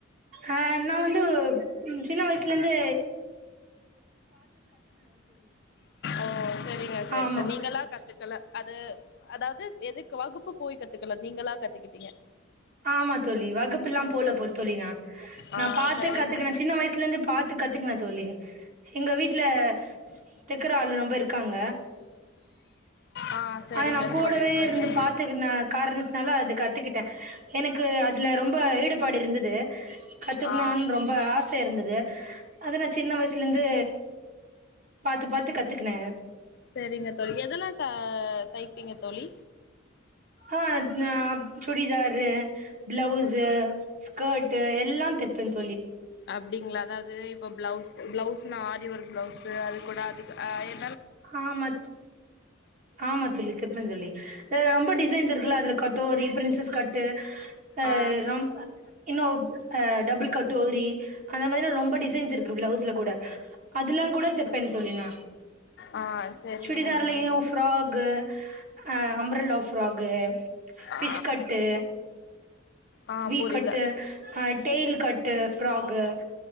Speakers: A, on the right; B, on the left.
A: அ நா வந்து சின்ன வயசுலந்து
B: ஓ செரிங்க செரி
A: ஆமா
B: செரி நீங்கலா கத்துக்கல அது அதாவது எதுக்கு வகுப்பு போய் கத்துக்கல நீங்களா கத்துகிட்டிங்க
A: ஆமா தோழி வகுப்புல்லாம் போல போல் தோழி நா
B: ஆ
A: நா பாத்து
B: சரிங்க
A: கத்துகுன சின்ன வய்ஸ்லந்து பாத்துக் கத்துகுன தோழி எங்க வீட்ல தெக்கர ஆள் ரொம்ப இருக்காங்க
B: ஆ சரிங்க
A: அது நா கூடவே
B: தோழி சரி
A: இருந்து பாத்துக்குன காரணத்னால அது கத்துகிட்டே கு அதுல ரொம்ப ஈடுபாடு இருந்தது கத்துக்குணுன்
B: ஆ
A: ரொம்ப ஆச இருந்தது அது நா சின்ன வய்ஸ்லந்து பாத்து பாத்து கத்துகுன
B: செரிங்க தோழி எதலா த தைப்பிங்க தோழி
A: ஆ நா சுடிதாரு பிளவுஷு ஸ்கேர்ட்டு எல்லாந் தப்பேந்
B: அப்டிங்ளா அதாவது இப்ப பிளவுஸ் பிளவுஸ்னா ஆரி ஒர்க் பிளவுஸ்சு அது கூட அதுக்கு அ எ
A: ஆமா ஆமா சொல்லுக்கதான் தோழி இப்ப டிசைன்ஸ் இருக்குல்ல அதுல கட்டோரி பிரின்சஸ் கட்டு ஆஹ்
B: ஆ
A: ரொம் இன்னும் ஆ டபுள் கட்டோரி அந்த மாதிரிலாம் ரொம்ப டிசைன்ஸ் இருக்கு பிளவுஸ்ல கூட அதெல்லாம் கூட தப்பேன் தோழி நா
B: ஆ செரிங்க
A: சுடிதார்லையும்
B: தோழி
A: ஃபிராக்கு ஆ அம்பர்லா ஃப்ராகு ஃபிஷ்
B: ஆ
A: கட்டு
B: ஆ
A: வி
B: புரியுது
A: கட்டு ஆ டெயில் கட்டு ஃப்ராகு